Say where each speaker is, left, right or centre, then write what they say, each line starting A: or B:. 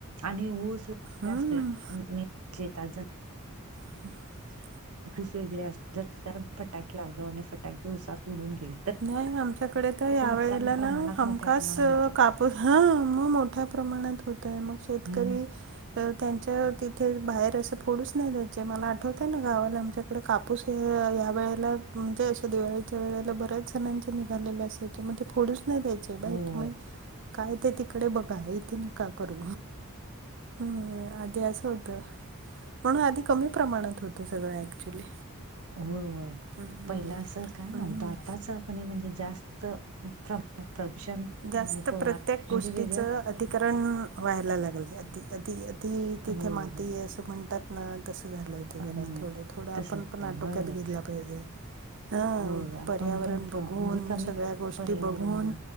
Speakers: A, on the right; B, on the right.
A: आणि ऊस तेन
B: हम्म
A: असतेे. आणि मेन शेतात जाते.
B: <unintelligible>
A: ऊस वगैरे अस जर फटाके लावल आणि फटाके ऊसात उडून गेले तर
B: नाही आमच्याकडे
A: त्याचं
B: तर या
A: नुकसान
B: वेळेला
A: प्रमाणात
B: ना, हमखास
A: मोठ्या प्रमाणात होते
B: काप प, हा मग मोठ्या प्रमाणात होतय मग शेतकरी
A: हम्म
B: तर त्यांच्या तिथे बाहेर असं पडूच नाही दयाचं, मला आठवतय ना गावाला आमच्या इकडे कापूस हे ह्या वेळेला म्हणजे अशा दिवाळीच्या वेळेला बऱ्याच असं माणसं निघालेले असायचे, मग ते फोडूच नाही द्यायचे. बाई
A: होय होय
B: तुम्ही काय ते तिकडे बघा, इथून नका करू हम्म आधी असं होत. म्हणून आधी कमी प्रमाणात होतं सगळं ऍक्च्युली.
A: होय, होय
B: हम्म
A: पहिला असं काय नव्हतं
B: हम्म
A: आताच कणी म्हणजे जास्त प्रदूषण
B: जास्त
A: आणि पोरा
B: प्रत्येक
A: म्हणजे
B: गोष्टीचं
A: वेगळंच.
B: अतिकरण व्हायला लागले, अति, अति -तिथे
A: हो
B: माती
A: हो
B: असं म्हणतात ना. कसं झालंय तेे
A: हम्म
B: घरात, थोडं थोडं
A: तसच
B: आपण पण
A: आहे
B: आटोक्यात
A: होय होय
B: गेला पाहिजे. हा
A: होय आपण
B: पर्यावरण
A: पण प्र
B: बघून,
A: म्हणजे कमी
B: सगळ्या गोष्टी
A: पर्यावरण
B: बघून.